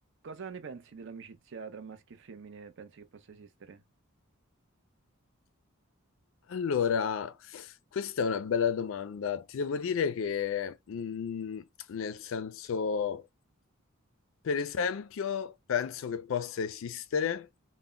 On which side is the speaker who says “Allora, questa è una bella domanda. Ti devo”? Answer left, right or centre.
Left